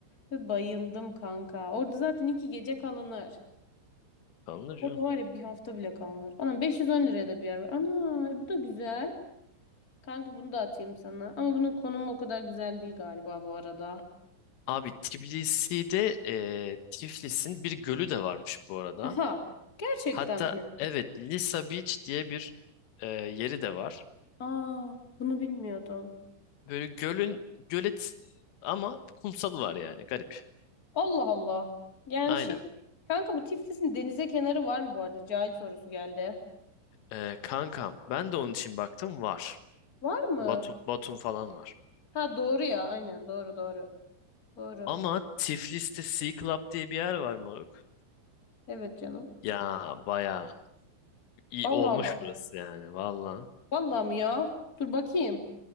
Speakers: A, on the left; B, on the left.
A: ve bayıldım kanka. Orada zaten iki gece kalınır.
B: Alınır canım.
A: Orada var ya bir hafta bile kalınır. Anam 510 liraya da bir yer var. Ana e, bu da güzel. Kanka bunu da atayım sana. Ama bunun konumu o kadar güzel değil galiba bu arada.
B: Abi Tbilisi'de e, Tiflis'in bir gölü de varmış bu arada.
A: Aha. Gerçekten
B: Hatta
A: mi?
B: evet Lisa Beach diye bir e, yeri de var.
A: Aa, bunu bilmiyordum.
B: Böyle gölün gölet ama kumsalı var yani garip.
A: Allah Allah. Yani
B: Aynen.
A: şey kanka bu Tiflis'in denize kenarı var mı bu arada? Cahil sorusu geldi.
B: Ee, kankam ben de onun için baktım var.
A: Var mı?
B: Batu, Batum falan var.
A: Ha doğru ya aynen doğru doğru. Doğru.
B: Ama Tiflis'te Sea Club diye bir yer var moruk.
A: Evet canım.
B: Ya baya iyi
A: Allah
B: olmuş
A: Allah.
B: burası yani valla.
A: Vallahi mi ya? Dur bakayım.